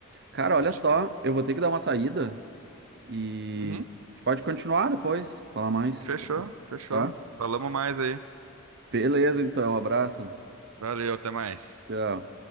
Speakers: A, on the right; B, on the right.
A: Cara, olha
B: Pode
A: só,
B: crer.
A: eu vou ter que dar uma saída e
B: Uhum,
A: a gente pode continuar depois, falar mais,
B: fechou, fechou.
A: tá?
B: Falamos mais aí.
A: Beleza, então, um abraço.
B: Valeu, até mais.
A: Tchau.